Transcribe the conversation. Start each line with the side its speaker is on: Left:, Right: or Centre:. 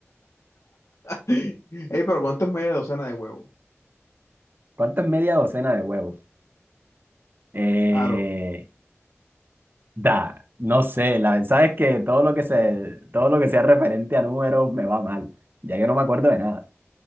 Left: Ey, pero ¿cuánto es media docena de huevos?
Right: <laughs> ¿Cuánto es media docena de huevos? Eh,
Left: Aro.
Right: Da, no sé, la verdad es que todo lo que se, todo lo que sea referente a números me va mal, ya que no me acuerdo de nada.